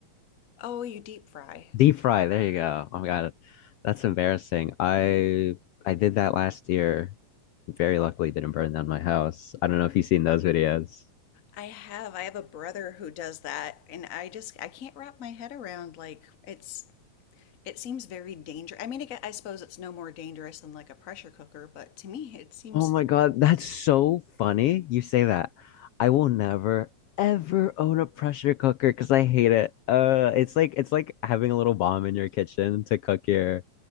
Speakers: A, on the left; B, on the left.
A: Oh, you deep fry.
B: Deep fry. There you go. Oh my God. That's embarrassing. I I did that last year. Very luckily didn't burn down my house. I don't know if you've seen those videos.
A: I have. I have a brother who does that, and I just I can't wrap my head around like it's it seems very dangerous. I mean, I gue- I suppose it's no more dangerous than like a pressure cooker, but to me it seems
B: Oh my God, that's so funny. You say that. I will never ever own a pressure cooker because I hate it. Uh, it's like it's like having a little bomb in your kitchen to cook your